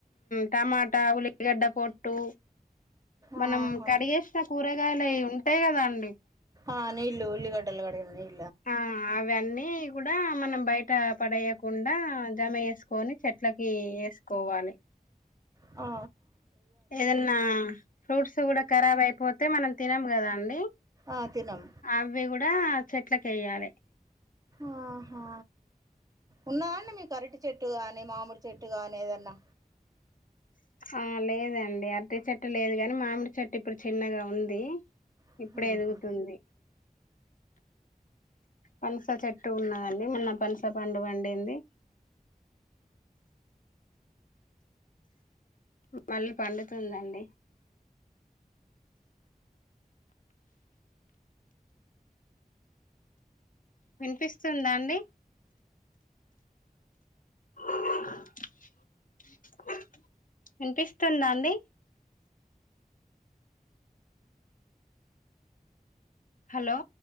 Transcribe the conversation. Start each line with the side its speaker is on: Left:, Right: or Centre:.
Left: టమాటా ఉల్లిగడ్డ పొట్టు మనం
Right: ఆహా
Left: కడిగేసిన కూరగాయలువి ఉంటాయి కదా అండి
Right: ఆ నీ ఇల్లు ఉల్లిగడ్డల కడ నల్లు
Left: ఆ అవన్నీ కూడా మనం బయట బట్ట పడేయకుండా జమ వేసుకొని చెట్లకి వేసుకోవాలి
Right: ఆ
Left: ఏదన్నా ఫ్రూట్స్ కూడా రాబ్ అయిపోతే మనం తినం కదా అండి
Right: ఆ తినం
Left: అవి కూడా చెట్లక వెయాలి
Right: ఆహా ఉన్నాండి మీ కరటి చెట్టు ని మామిడి చెట్టు గాని ఏదన్నా
Left: ఆ లేదండి అరటి చెట్టు లేదు కాని మామిడి చెట్టు ఇప్పుడు చిన్నగా ఉంది
Right: ఏదన్నా
Left: ఇప్పుడ ఎదుగుతుంది పనస చెట్టు ఉన్నదండి మొన్న పనస పండుగ వండింది <inaudible> మళ్ళీ పండుతుందండి వినిపిస్తుందా అండి <inaudible> వినిపిస్తుందా అండి హలో